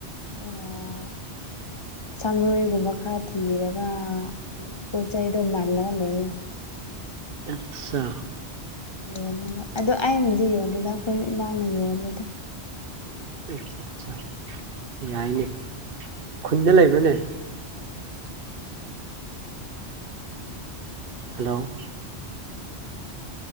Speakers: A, on the left; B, on the right.
A: ꯑꯗꯨꯒ ꯁꯥꯃꯥꯔꯣꯏꯒꯨꯝꯕ ꯈꯔ ꯊꯤꯔꯒ ꯑꯗꯨꯝ ꯄꯣꯠ ꯆꯩꯗꯣ ꯃꯥꯜꯂꯒ ꯂꯩ
B: ꯑꯠꯁꯥ
A: ꯌꯣꯟꯅꯕ ꯑꯗꯣ ꯑꯩꯅꯗꯤ ꯌꯣꯜꯗꯦꯗ ꯑꯩꯈꯣꯏ ꯏꯃꯥꯅ ꯌꯣꯜꯂꯤꯗ
B: ꯑꯠꯁꯥ ꯌꯥꯏꯅꯦ ꯈꯨꯟꯗ ꯂꯩꯕ꯭ꯔꯅꯦ ꯍꯜꯂꯣ